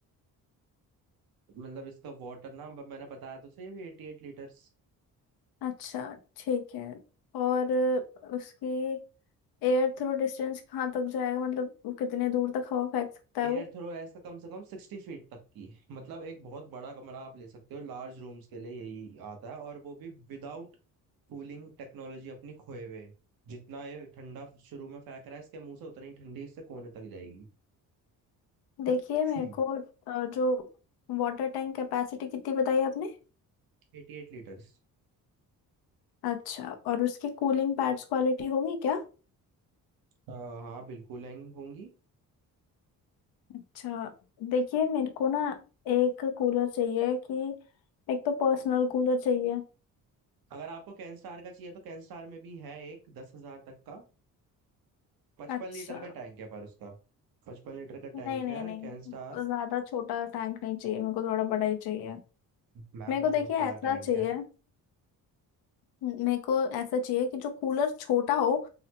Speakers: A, on the right; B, on the left.
A: मतलब इसका वाटर ना ब- मैंने बताया तो सही अभी एटी एट लीटर्स
B: अच्छा ठीक है और उसकी एयर थ्रो डिस्टेंस कहाँ तक जाएगा मतलब वो कितने दूर तक हवा फेंक सकता है
A: एयर
B: वो
A: थ्रो है इसका कम से कम सिक्सटी फीट तक की है। मतलब एक बहुत बड़ा कमरा आप ले सकते हो लार्ज रूम्स के लिए यही आता है और वो भी विदाउट कूलिंग टेक्नोलॉजी अपनी खोए हुए जितना ये ठंडा शुरू में फेंक रहा है इसके मुंह से उतनी ही ठंडी इससे कोने तक जाएगी <clears throat>
B: देखिए मेरे को अ, जो वाटर टैंक कैपेसिटी कितनी बताई आपने
A: <laughs> एटी एट लीटर्स
B: अच्छा और उसकी कूलिंग पैड्स क्वालिटी होगी क्या
A: हाँ बिल्कुल हैं- होंगी
B: अच्छा देखिए मेरे को ना एक कूलर चाहिए कि एक तो पर्सनल कूलर चाहिए
A: अगर आपको कैन स्टार का चाहिए तो कैन स्टार में भी है एक दस हजार तक का पचपन
B: अच्छा
A: लीटर का टैंक है पर उसका पचपन लीटर का
B: नहीं
A: टैंक
B: नहीं
A: है
B: नहीं
A: कैन स्टार
B: ज्यादा छोटा टैंक नहीं चाहिए मेरे को थोड़ा बड़ा ही चाहिए
A: मैम
B: मेरे
A: में
B: को देखिए
A: बहुत बड़ा
B: ऐसा
A: टैंक
B: चाहिए
A: है
B: मेरे को ऐसा चाहिए कि जो कूलर छोटा हो